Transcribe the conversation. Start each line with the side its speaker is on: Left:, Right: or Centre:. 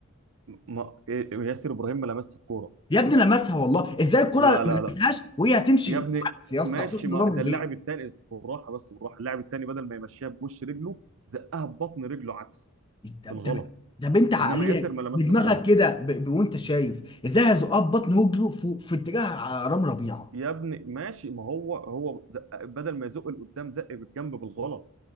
Right: ما إيه، ياسر ابراهيم ما لمس الكوره
Left: يا ابني لمسها والله ازاي الكرة
Right: لا
Left: ما
Right: لا
Left: لمسهاش
Right: لا
Left: وهي هتمشي
Right: يا ابني
Left: عكس يا اسطى
Right: ماشي
Left: هتروح لرامي
Right: ما ده
Left: ربيع
Right: اللاعب الثاني بالراحه بس بالراحه اللاعب الثاني بدل ما يمشيها بوش رجله زقها ببطن رجله عكس
Left: طب
Right: بالغلط
Left: طب طب انت عقلية
Right: انما ياسر ما لمس
Left: بدماغك
Right: الكوره
Left: كده ب... ب... وانت شايف ازاي هيزقها ببطن وجره في... في اتجاه رامي ربيعة
Right: يا ابني ماشي ما هو هو زق بدل ما يزق لقدام زق بالجنب بالغلط